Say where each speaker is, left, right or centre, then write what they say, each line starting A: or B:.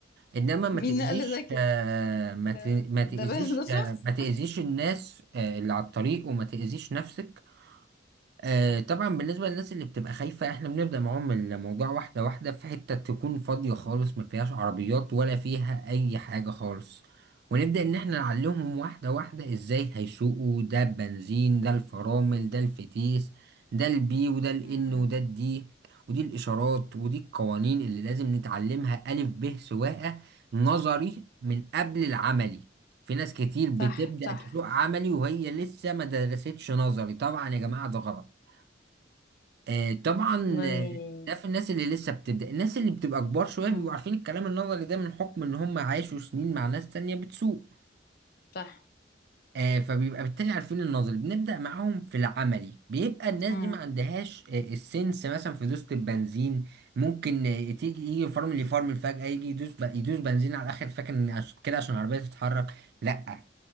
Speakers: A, on the right; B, on the left.
A: انما ما
B: مين
A: تأذيش
B: قال زي كده
A: آه، ما
B: ده
A: ت- ما تأذيش
B: ده, بس ده شخص
A: آه، ما تأذيش الناس آه، اللي على الطريق وما تأذيش نفسك آه،
B: صح
A: طبعا بالنسبة للناس اللي بتبقى خايفة احنا بنبدأ معاهم الموضوع واحدة واحدة في حتة تكون فاضية خالص ما فيهاش عربيات ولا فيها أي حاجة خالص ونبدأ إن احنا نعلمهم واحدة واحدة ازاي هيسوقوا ده البنزين ده الفرامل ده الفتيس ده البي وده الإن
B: امم
A: وده الدي ودي الإشارات ودي القوانين اللي لازم نتعلمها ألف ب سواقة نظري من قبل العملي في ناس كتير بتبدأ
B: صح صح
A: تسوق عملي وهي لسه ما درستش نظري طبعا يا جماعة ده غلط آه، طبعا
B: والله
A: آه، ده في الناس اللي لسه بتبدأ الناس اللي بتبقى كبار شوية
B: امم
A: بيبقوا عارفين الكلام النظري ده من حكم ان هم عاشوا سنين مع ناس تانية بتسوق
B: صح
A: آه، فبيبقى بالتالي عارفين النظري بنبدأ معاهم في العملي بيبقى الناس
B: امم
A: دي ما عندهاش آه، السنس مثلا في دوسة البنزين ممكن آه، تيجي يجي فرمل يفرمل فجأة يجي يدوس ب- يدوس بنزين على الآخر فاكر إن عش- كده عشان العربية تتحرك لأ